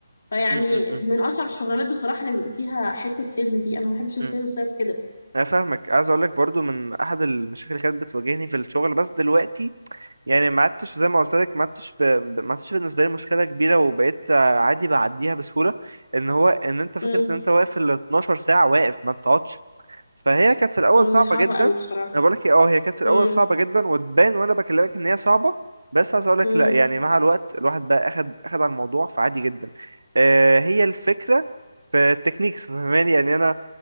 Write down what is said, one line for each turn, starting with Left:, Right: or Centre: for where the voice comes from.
Left: فيعني
Right: مم، مم، مم،
Left: من اصعب الشغلانات بصراحه اللي بيبقى فيها حته سيلز دي انا ما بحبش السيلز
Right: مم.
Left: بسبب كده
Right: انا فاهمك عايز اقول لك برضو من احد المشاكل اللي كانت بتواجهني في الشغل بس دلوقتي يعني ما عدتش زي ما قلت لك ما عدتش ب... ب- ما عدتش بالنسبه لي مشكله كبيره وبقيت آه، عادي بعديها بسهوله ان هو ان انت فكره
Left: امم
Right: ان انت واقف ال 12 ساعه واقف ما بتقعدش فهي كانت في الاول
Left: اه
Right: صعبه
Left: دي صعبه
Right: جدا
Left: قوي بصراحه
Right: انا بقول لك إيه، اه هي كانت في الاول
Left: امم
Right: صعبه جدا وتبان وانا بكلمك ان هي صعبه بس عايز اقول لك
Left: امم
Right: لا يعني مع الوقت الواحد بقى اخد اخد على الموضوع فعادي جدا آه، هي الفكره في التكنيكس فاهماني يعني انا